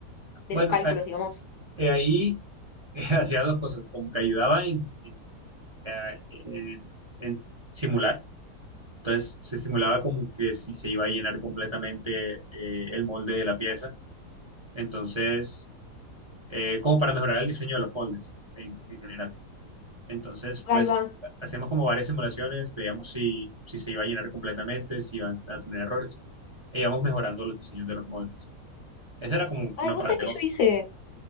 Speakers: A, on the left (about 70°); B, on the right (about 25°).
A: de
B: bueno,
A: los cálculos, digamos?
B: Eh, ahí <laughs> hacía dos cosas, como que ayudaba en, en, eh, en- en simular, entonces se simulaba como que si se iba a llenar completamente eh, el molde de la pieza, entonces eh, como para mejorar el diseño de los moldes en, en general. Entonces, pues
A: Ahí va.
B: hacíamos como varias simulaciones, veíamos si, si se iba a llenar completamente, si iban a tener errores, e íbamos mejorando los diseños de los moldes. Esa era como
A: Ay,
B: una
A: vos
B: parte,
A: sabés que yo hice,